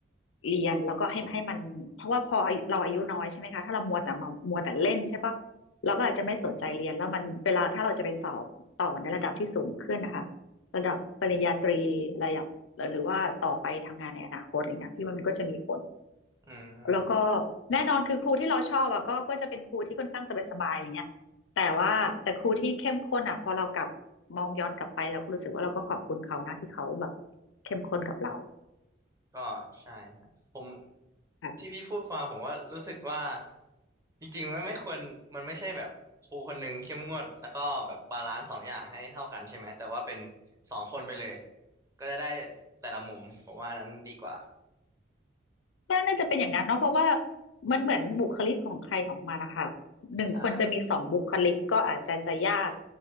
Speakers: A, on the left; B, on the right.
A: เรียนแล้วก็ให้ให้มันเพราะว่าพออายุเราอายุน้อยใช่ไหมคะถ้าเรามัวแต่มามัวแต่เล่นใช่ปะเราก็อาจจะไม่สนใจเรียนแล้วมันเวลาถ้าเราจะไปสอบต่อในระดับที่สูงขึ้นนะคะระดับปริญญาตรีระดับหรือว่าต่อไปทำงานในอนาคตอะไรเงี้ยพี่ว่ามันก็จะมีผล
B: อืม
A: แล้วก็แน่นอนคือครูที่เราชอบอะก็ก็จะเป็นครูที่ค่อนข้างสบายๆอะไรเงี้ยแต่ว่าแต่ครูที่เข้มข้นอะพอเรากลับมองย้อนกลับไปเราก็รู้สึกว่าเราก็ขอบคุณเขานะที่เขาแบบเข้มข้นกับเรา
B: ก็ใช่ฮะผม
A: ค่ะ
B: ที่พี่พูดมาผมว่ารู้สึกว่าจริงๆมันไม่ควรมันไม่ใช่แบบครูคนหนึ่งเข้มงวดแล้วก็แบบบาลานซ์สองอย่างให้เท่ากันใช่ไหมแต่ว่าเป็นสองคนไปเลยก็จะได้แต่ละมุมผมว่าอันนั้นดีกว่า
A: น่าน่าจะเป็นอย่างนั้นเนาะเพราะว่ามันเหมือนบุคลิกของใครของมันนะคะหนึ่งคนจะมีสองบุคลิกก็อาจจะจะยาก
B: ใช่